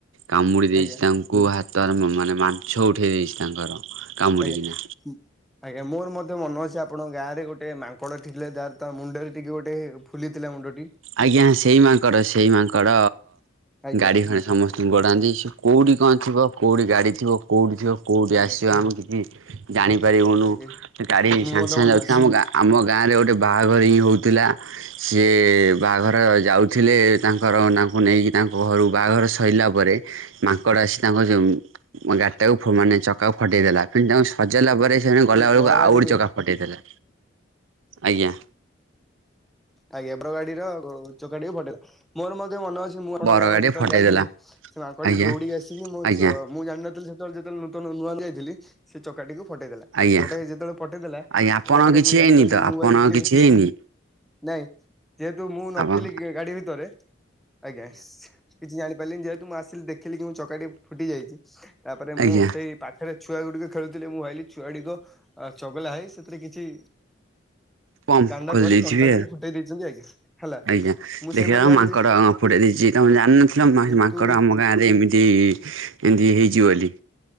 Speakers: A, on the right; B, in the centre.
A: କାମୁଡି ଦେଇଛି
B: ଆଜ୍ଞା।
A: ତାଙ୍କୁ ହାତରେ ମାନେ ମାଛ ଉଠେଇ ଦେଇଛି ତାଙ୍କର କାମୁଡ଼ିକିନା
B: ଆଜ୍ଞା ଆଜ୍ଞା ମୋର ମଧ୍ୟ ମନ ଅଛି ଆପଣ ଗାଁରେ ଗୋଟେ ମାଙ୍କଡ ଥିଲେ ଯାର ତାର ମୁଣ୍ଡରେ ଟିକେ ଗୋଟେ ଫୁଲି ଥିଲା ମୁଣ୍ଡଟି
A: ଆଜ୍ଞା ସେଇ ମାଙ୍କଡ଼ ସେଇ ମାଙ୍କଡ
B: ଆଜ୍ଞା
A: ଗାଡି ଖଣ ସମସ୍ତଙ୍କୁ ଗଢ଼ାନ୍ତି ସେ କଉଠି କଣ ଥିବ କଉଠି ଗାଡ଼ି ଥିବ କଉଠି ଥିବ କଉଠି
B: ଆଜ୍ଞା
A: ଆସିବ ଆମେ କିଛି ଜାଣିପାରିବୁନୁ
B: ଆଜ୍ଞା
A: ଗାଡି
B: ମୁଁ
A: ସାଙ୍ଗେ
B: ମଧ୍ୟ
A: ସାଙ୍ଗେ
B: ମନେ ଅଛି।
A: ଯାଉଥିଲା ଆମ ଆମ ଗାଁ ରେ ଗୋଟେ ବାହା ପାହାଘରେ ହିଁ ହେଉଥିଲା ସିଏ ବାହାଘର ଯାଉଥିଲେ ତାଙ୍କର ତାଙ୍କୁ ନେଇକି ତାଙ୍କ ଘରୁ ବାହାଘର ସରିଲା ପରେ ମାଙ୍କଡ ଆସି ତାଙ୍କ ଯୋଉ ଗାଡିଟାକୁ ମାନେ ଚକାକୁ ଫଟେଇ ଦେଲା ସେ ତାଙ୍କୁ ସଜାଇଲା ପରେ ସେମାନେ ଗଲା ବେଳକୁ
B: ବର
A: ଆଉ
B: ଗାଡି
A: ଗୋଟେ ଚକା ଫଟେଇ ଦେଲା ଆଜ୍ଞା
B: ଆଜ୍ଞ ବର ଗାଡିର ଚକାଟିକୁ ଫଟେଇ ଦେଲା। ମୋର ମଧ୍ୟ ମନେ ଅଛି ମୁଁ ଆପଣଙ୍କ
A: ବର
B: ଗାଁକୁ
A: ଗାଡି
B: ଯେତେବେଳେ
A: ଫଟେଇଦେଲା
B: ଯାଇଥିଲି ସେ ମାଙ୍କଟି
A: ଆଜ୍ଞା
B: ଦୌଡ଼ିକି ଆସିକି ମୋ
A: ଆଜ୍ଞା
B: ଚ ମୁଁ ଜାଣିନଥିଲି ସେତେବେଳେ ଯେତେବେଳେ ନୂତନ ନୂଆ ଯାଇଥିଲି ସେ ଚକାଟିକୁ ଫଟେଇ ଦେଲା
A: ଆଜ୍ଞା
B: ଛହେ ଟା ଯେତେବେଳେ ଫଟେଇଦେଲା
A: ଆଜ୍ଞା ଆପଣ
B: ତାପରେ
A: କିଛି
B: ମୁଁ ଜାଣି
A: ହେଇନି
B: ପାରିଲିନି
A: ତ
B: ମୋବାଇଲ
A: ଆପଣ
B: କିଏ
A: କିଛି
B: ବଛ
A: ହେଇନି
B: ନାଇଁ ଯେହେତୁ ମୁଁ ନଥିଲି
A: ଆପଣ
B: ଗାଡି ଭିତରେ ଆଜ୍ଞା କିଛି ଜାଣିପାରିଲିନି ଯେହେତୁ ମୁଁ ଆସିଲି ଦେଖିଲି କି ମୁଁ ଚକାଟି ଫୁଟି ଯାଇଛି ତାପରେ
A: ଆଜ୍ଞା
B: ମୁଁ ସେଇ ପାଖରେ ଛୁଆ ଗୁଡିକ ଖେଳୁଥିଲେ ମୁଁ ଭାବିଲି ଛୁଆ ଗୁଡିକ ଚଗଲା ହେଇ ସେଥିରେ କିଛି
A: ପମ୍ପ
B: କାଣ୍ଡ
A: ଖୁଲି
B: କରି
A: ଦେଇଥିବେ।
B: କଣ୍ଟା ଟିକେ ଫୁଟେଇ ଦେଇଛନ୍ତି ଆଜ୍ଞା ହେଲା।
A: ଆଜ୍ଞା
B: ମୁଁ
A: ଦେଖିଲାବେଳକୁ
B: ସେଇପରି ଭାବିଲି
A: ମାଙ୍କଡ ଫୁଡେଇ ଦେଇଛି ତମେ ଜାଣିନ ହେ ମା
B: କିନ୍ତୁ
A: ମାଙ୍କଡ଼ ଆମ ଗାଁରେ ଏମିତି ଏମିତି ହେଇଚି ବୋଲି